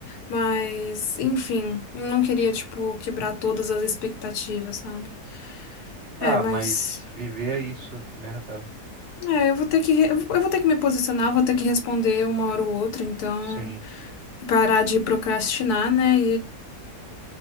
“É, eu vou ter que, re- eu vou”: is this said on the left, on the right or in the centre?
Left